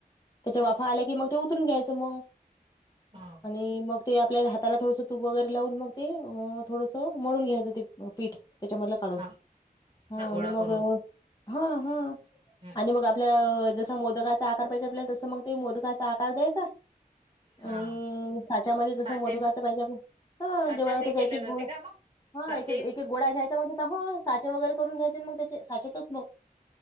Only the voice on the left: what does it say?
त्याच्या वाफा आल्या की, मग ते उतरून घ्यायचं मग.
आणि मग ते आपल्या हाताला थोडंसं तूप वगैरे लावून मग ते,, अ थोडंसं मळून घ्यायचं ते पीठ. त्याच्यामधलं काढून,,
हा
आणि
मग
हा हा,,
आणि मग आपल्या जसं मोदकात चा आकार पाहिजे आपल्या तसं मग ते मोदकाचा आकार द्यायचा आणि
साच्यामध्ये जसं
मोदकाच पाहिजे. हा
जेवढा होतेचा
एक एक
गूळ
हा
एकेक एकेक गोळा घ्यायचा. मग त्या हो साचे वगैरे करून घ्यायचे मग त्याचे साचेतच